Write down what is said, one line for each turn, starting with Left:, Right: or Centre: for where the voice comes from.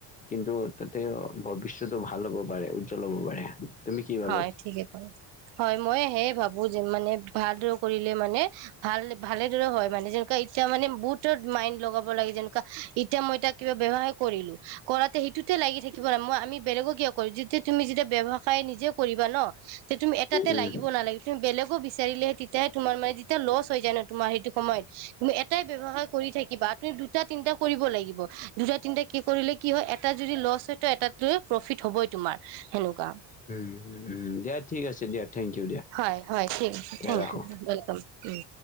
Left: কিন্তু তাতেও ভৱিষ্যতটো ভাল হ'ব পাৰে, উজ্জ্বল হ'ব পাৰে। তুমি কি ভাবা
Right: হয় ঠিকে কয়, হয় ময়ে সেই ভাবো। মোৰ যে মানে ভালদৰে কৰিলে মানে ভাল ভালেদৰে হয় মানে যাৰ কে এতিয়া মানে বহুতত মাইণ্ড লগাব লাগে। যেনোকা এতিয়া মই এতিয়া কিবা বেয়া হে কৰিলো। কৰাতে সেইটোতে লাগি থাকিব মানে, মই আমি বেলেগক কিয় কৰো। যেতিয়া তুমি যেতিয়া ব্যয়ৱসায় নিজে কৰিবা ন 'তে তুমি এটাতে
Left: উম
Right: লাগিব নালা তুমি বেলেগো বিচাৰিলেহে তেতিয়াহে তোমাৰা যেতিয়া লচ হৈ যায় ন' তোমাৰ সেইটো সময়ত নে এটাই ব্যৱসায় কৰি থাকিবা, তুমি দুটা তিনটা কৰিব লাগিব। দুটা তিনিটা কি কৰিলে কি হয়, এটা যদি লছ হয় ত' এটাত লৈ প্ৰফিট হ'বই তোমাৰ সেনোকোৱা
Left: হেইহে <unintelligible> দিয়া ঠিক আছে দিয়া। থেংক ইউ দিয়া
Right: হয়, হয়, ঠিক আছে।
Left: দিয়া
Right: থেংক
Left: ৰাখোঁ
Right: ইউ। ৱেলকাম, উম।